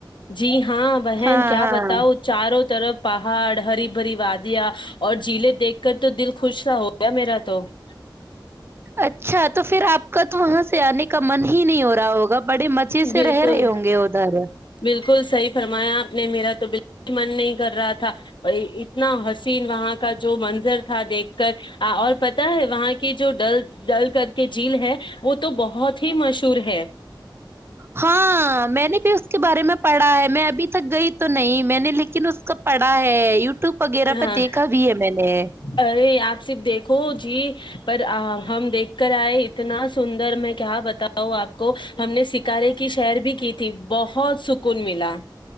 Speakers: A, on the left (about 75°); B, on the right (about 30°).
A: جی ہاں بہن
B: ہاں
A: کیا
B: ہاں
A: بتاؤ چاروں <unintelligible> طرف پہاڑ ہری <unintelligible> بری وا دیا اور جیلے دیکھ کر تو دل خوش سا ہو گیا میرا تو <unintelligible>
B: اچھا تو پھر آپ کا تو وہاں سے آنے کے <unintelligible> کا من ہی نہیں ہو رہا ہوگا بڑے مچے سے
A: بالکل
B: رہ رہے ہوں گے ادھر <unintelligible>
A: بالکل صحیح فرمایا آپ نے میرا تو من نہیں کر رہا تھا اتنا حسین وہاں کا جو منظر تھا دیکھ کر اور پتا ہے وہاں کی جو ڈل ڈل کر کے جھیل ہے وہ تو بہت ت ہی مشہور ہے <unintelligible>
B: <unintelligible> اس کے بارے میں پڑھا ہے میں ابھی <unintelligible> تک گئی تو نہیں میں نے لکھ ن اس کو پڑا ہے یو ٹیوب وغیرہ پہ
A: ہاں
B: دیکھا بھی ہے میں نے
A: ارے آپ صرف دیکھو جی پر ہم دیکھ کر آئے اتنا سندر میں کیا بتاؤں آپ کو ہم نے سکارے کی شہر بھی کی تھی بہت سکون ملا